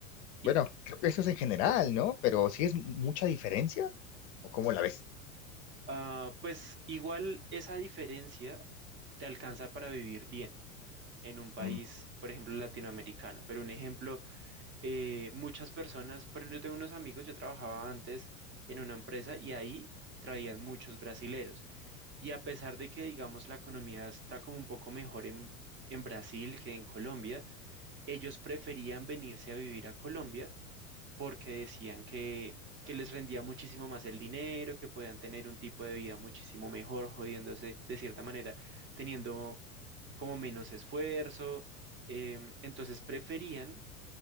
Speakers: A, on the left (about 55°); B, on the right (about 30°).
A: bueno,
B: Y,
A: creo que eso es en general, ¿no? Pero si ¿sí es mucha diferencia o cómo la ves.
B: Ah, pues igual esa diferencia te alcanza para vivir bien en un país,
A: Mm.
B: por ejemplo, latinoamericano. Pero un ejemplo, eh, muchas personas, pero yo tengo unos amigos, yo trabajaba antes en una empresa y ahí traían muchos brasileros. Y a pesar de que, digamos, la economía está como un poco mejor en, en Brasil que en Colombia, ellos preferían venirse a vivir a Colombia porque decían que, que les rendía muchísimo más el dinero, que podían tener un tipo de vida muchísimo mejor, jodiéndose de cierta manera, teniendo como menos esfuerzo. em, entonces preferían